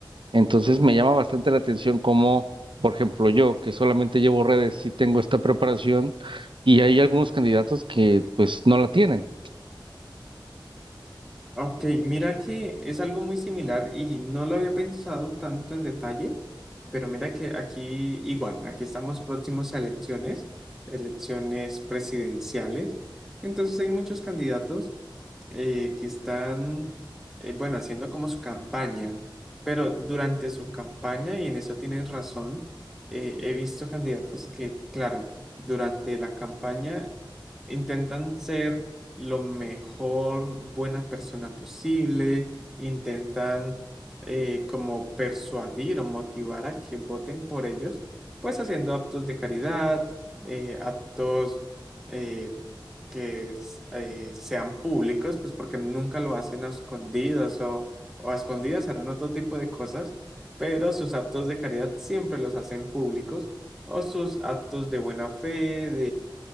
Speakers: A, on the right; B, in the centre.
A: Entonces me llama bastante la atención cómo, por ejemplo, yo que solamente llevo redes, sí tengo esta preparación y hay algunos candidatos que pues no la tienen.
B: Ok, mira que es algo muy similar y no lo había pensado tanto en detalle, pero mira que aquí igual, aquí estamos próximos a elecciones, elecciones presidenciales. Entonces hay muchos candidatos eh, que están, eh, bueno, haciendo como su campaña, pero durante su campaña, y en eso tienen razón, eh, he visto candidatos que, claro, durante la campaña intentan ser lo mejor buena persona posible, intentan eh, como persuadir o motivar a que voten por ellos, pues haciendo actos de caridad, eh, actos eh, que s- eh, sean públicos, pues porque nunca lo hacen a escondidas o, o a escondidas harán otro tipo de cosas, pero sus actos de caridad siempre los hacen públicos o sus actos de buena fe,